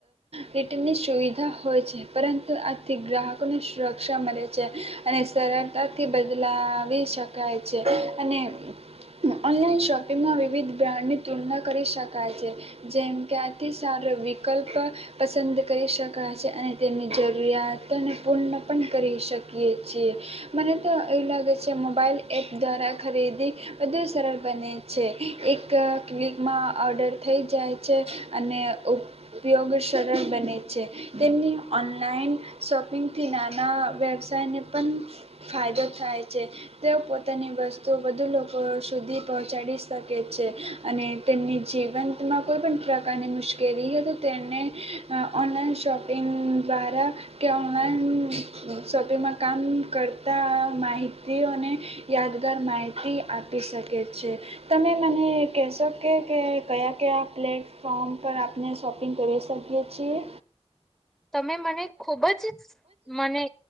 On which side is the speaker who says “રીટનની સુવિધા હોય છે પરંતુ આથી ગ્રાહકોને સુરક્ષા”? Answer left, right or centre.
Right